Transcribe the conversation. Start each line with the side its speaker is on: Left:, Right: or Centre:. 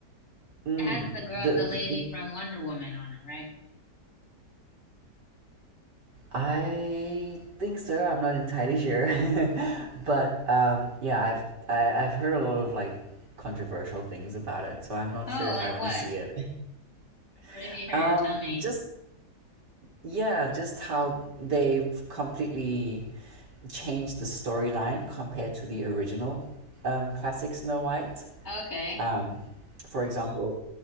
Right: Mm.
Left: It has the girl,
Right: The,
Left: the lady
Right: the the
Left: from Wonder Woman on it, right?
Right: I think so. I'm not entirely sure. <laughs> But um yeah, I've I, I've heard a lot of like controversial things about it, so I'm not
Left: Oh,
Right: sure if
Left: like
Right: I want
Left: what?
Right: to see it.
Left: What
Right: <laughs>
Left: have you heard?
Right: Um
Left: Tell me.
Right: just yeah, just how they've completely changed the storyline compared to the original um, classic Snow White.
Left: Okay.
Right: Um, for example,